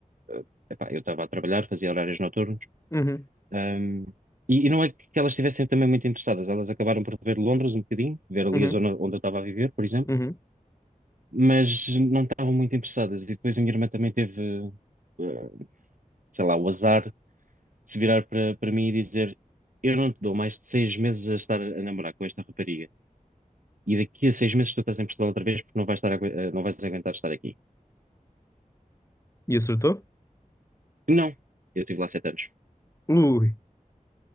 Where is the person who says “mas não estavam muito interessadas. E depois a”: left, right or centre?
Right